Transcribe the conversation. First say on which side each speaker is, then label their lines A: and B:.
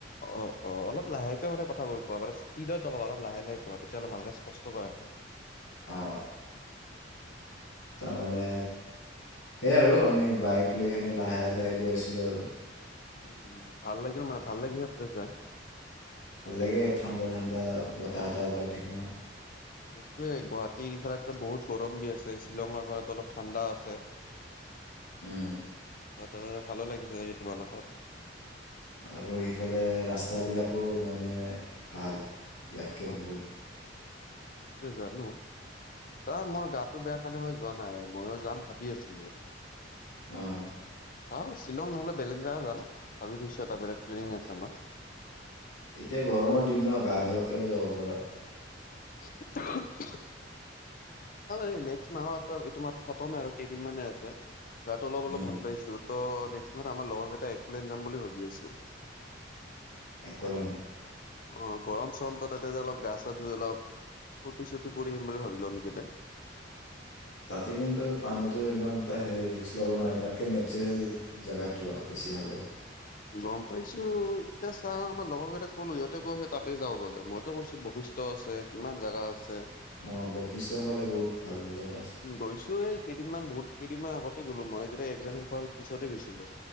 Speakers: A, on the left (about 50°); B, on the left (about 85°).
A: অ - অ অলপ লাহেকে মানে কথাবোৰ কোৱা মান স্পীতটকাবা অলপ লাহে - লাহে ক তেতিয়াহ'লে ভালকে স্পষ্ট কৈ আহে। হয়।
B: অ', তাৰমানে সেয়াই আৰু আমি বাইক লৈ কিনে লাহে - লাহে গৈ আছিলো আৰু।
A: উম, ভাল লাগিল মানে ভাল লাগি আছে যাই।
B: ভাল লাগে ঠাণ্ডা - ঠাণ্ডা বতাহ এটাহ পাই থাকে নহয়।
A: এইটোয়ে গুৱাহাটীৰ ফালে বহুত গৰম দি আছে শ্বিলঙৰ ফালে অলপ ঠাণ্ডা আছে।
B: উম,
A: ত' তাতে ভালো লাগিছে নেকি তোমালোকৰ।
B: আৰু সেইফালে ৰাস্তাবিলাকো মানে ভাল। ইয়াতকে
A: অ
B: বহুত
A: জানো চাহ মই গাটো বেয়া কাৰণে মই যোৱা নাই। ময়ো যাম ভাবি আছিলো।
B: অহ ',
A: চাও শ্বিলং নহ'লে বেলেগ জেগা যামাবি এটা বেলেগ প্লেনিং আছে আমাৰ।
B: এতিয়া গৰমৰ দিন ন গা ধোৱাকেও যাব পাৰে।
A: <unintelligible> এই নেক্সট মাহত এইটো মাহ খতমে আৰু কেইদিনমানানে আছে। গাটো অলপ - অলপ
B: উম।
A: ভাল পাইছো। ত' নেক্সট মাহ আমাৰ লগৰ কেইটা একোলেন যাম বুলি ভাবি আছো।
B: একলেণ্ড।
A: অ, গৰম চৰমটো তাতে যে অলপ গা চা ধুই অলপ। প্ৰতিশ্ৰুতি কৰি আহিম বুলি ভাবিলো আমি কেইতিয়া।
B: <inaudible> তাতে কিন্তু পানীতো ইমান এটা ৰিক্স লব নোৱাৰে তাতকে নেচাৰেল জোগাত যোৱা বেছি বেছি ভাল হ'ব।
A: গম পাইছো এতিয়া চা আমাৰ লগৰ কেইটটা কলো ইহতে কৈছে তাতে যাও বলে মইতো কৈছো বশিষ্ট আছে কিমান জোগা আছে।
B: অঁ বশিষ্ঠৰ ফালে বহুত ভাল ভাল জেগা আছে।
A: গৈছো এই। কেইদিনমান বহুত কেইদিনমান আগতে গ'লো মই যেতিয়া এক্সাম শেষ হোৱাৰ পিছতে গৈছিলো।